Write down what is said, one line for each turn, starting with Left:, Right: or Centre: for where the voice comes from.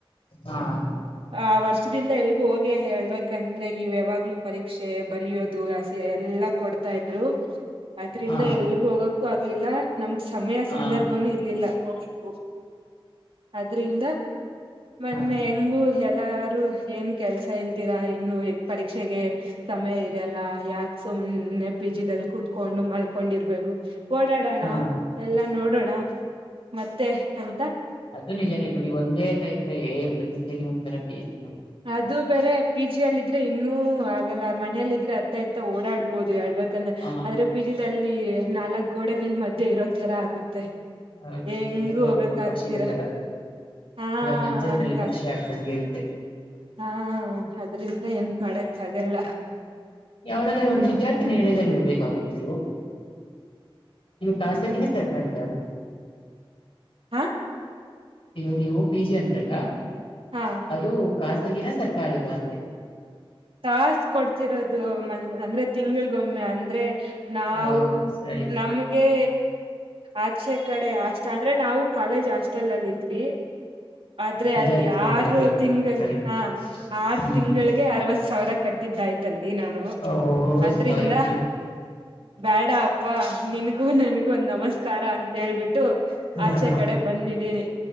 Left: ಹಾ
Right: ಆ ವರ್ಷ ಈ ವರ್ಷದಿಂದ ಎಲ್ಗೂ ಹೋಗಿ ಎಲ್ಲ ಹೇಳ್ಬೇಕಂದ್ರೆ ಇವು ಯಾವಾಗ್ಲೂ ಪರೀಕ್ಷೆ ಬರೆಯೋದು ಹಸಿ ಎಲ್ಲ ಕೊಡ್ತಾ ಇದ್ರು ಅದ್ರಿಂದ
Left: ಹಾ
Right: ಎಲ್ಗ ಹೋಗಕ್ಕು ಆಗಿಲ್ಲ ಇಲ್ಲ ನಮಗೆ ಸಮಯ
Left: ಹಾ
Right: ಸಂದರ್ಭನು ಇರ್ಲಿಲ್ಲ ಹೋಗಕು ಅದ್ರಿಂದ ಮೊನ್ನೆ
Left: ಹಾ
Right: ಹೆಂಗು ಎಲ್ಲಾರು ಏನ್ ಕೆಲ್ಸ ಇಲ್ದಿರಾ ಇನ್ನು ಪರೀಕ್ಷೆಗೆ ಸಮಯ ಇದೆಲ್ಲ ಯಾಕ್ ಸುಮ್ನೆ ಸುಮ್ನೆ ಪಿಜೀದಲ್ ಕುತ್ಕೊಂಡು ಮಲ್ಕೊಂಡಿರ್ಬೇಕು ಓಡಾಡೋಣ
Left: ಹಾ
Right: ಎಲ್ಲ ನೋಡೋಣ ಮತ್ತೆ ಎಂತ
Left: ಅದು ನಿಜನೇ ಬಿಡಿ ಒಂದೇತ ಇದ್ರೆ ಮನಸು ಮನಸ್ಸಿಗೆ ಒಂಥರಾ ಬೇಸ್
Right: ಅದು ಬೇರೆ ಪಿಜಿ ಪಿಜಿ ಅಲ್ಲ ಇದ್ರೆ ಇನ್ನುೂ ಆಗಲ್ಲ ಮನೆಯಲ್ಲ ಇದ್ರೆ ಅತ್ತ ಇತ್ತ ಓಡಾಡ್ಬಹುದು ಹೇಳಬಹುದು ಯಾಕಂದ್ರೆ
Left: ಹಾ
Right: ಅದ್ರೆ ಪಿಜಿದಲ್ಲಿ ನಾಲ್ಕ್ ಗೋಡೆಗಳ ಮಧ್ಯೆ ಇರೋ ತರ ಆಗುತ್ತೆ
Left: ಹೌ
Right: ಹೆಂಗೂ
Left: ಪಂಜರದದಲ್ಲಿವ
Right: ಹೋಗಕ್ ಆಗ್ದಿರ
Left: ಪಕ್ಷಿಗಳ್ ತರ
Right: ಹಾ
Left: ಇಲ್ಲ ಪಂಜರದಲ್ಲಿ
Right: ಹಂಗ
Left: ಪಕ್ಷಿ ಆಗ್ದಂಗಗೆ ಇರುತ್ತೆ
Right: ಹಾ ಅದ್ರಿಂದ ಏನ್ ಮಾಡಕ್ ಆಗಲ್ಲ
Left: ಯವುದಾದ್ರೂ ಒಂದು ವಿದ್ಯಾರ್ಥಿ ನಿಲಯದಲ್ಲಿ ಇರ್ಬೇಕಾಗಿತ್ತು ನೀವು ಖಾಸಗಿನ ಸರ್ಕಾರಿದ
Right: ಹಾ
Left: ಇಗ ನೀವು ಪಿ ಜಿ ಅಂದ್ರಲ್ಲ
Right: ಹಾ
Left: ಅದು ಕಾಸ ಗಿನ ಸರ್ಕಾರಿದ ಅಂದೆ
Right: ತಾಸ ಕೊಡ್ತಿರೋದು ಮ ಅಂದ್ರೆ ತಿಂಗಳಗೊಮ್ಮೆ ಅಂದ್ರೆ ನಾವು
Left: ಹ ಸರಿ
Right: ನಮ್ಗೆ ಆಚೆ ಕಡೆ ಅಷ್ಟ ಅಂದ್ರೆ ನಾವು ಕಾಲೇಜ್ ಹಾಸ್ಟೆಲ್ ಅಲ್ಲಿ ಇದ್ವಿ ಆದ್ರೆ
Left: ವಿದ್ಯಾರ್ಥಿ
Right: ಅಲ್ಲಿ
Left: ನಿಲಯ
Right: ಆರು ತಿಂಗಳ
Left: ಹ ಸರಿ
Right: ಹಾ ಆರು
Left: ಹ್ಮ್
Right: ತಿಂಗಳಗೆ ಅರವತ್ತು ಸಾವಿ ರ ಕಟ್ಟಿದ್ದಾಯ್ತಲ್ಲಿ ನಾನು
Left: ಓ
Right: ಅದ್ರಿಂದ
Left: ಸರಿ
Right: ಬ್ಯಾಡ ಅಪ್ಪಾ ನಿನಗೂ ನನ್ಗೂ ಒಂದ್ ನಮಸ್ಕಾರ ಅಂತ ಹೇಳ್ಬಿಟ್ಟು
Left: ಸರಿ
Right: ಆಚೆ ಕಡೆ ಬಂದಿದ್ದೀನಿ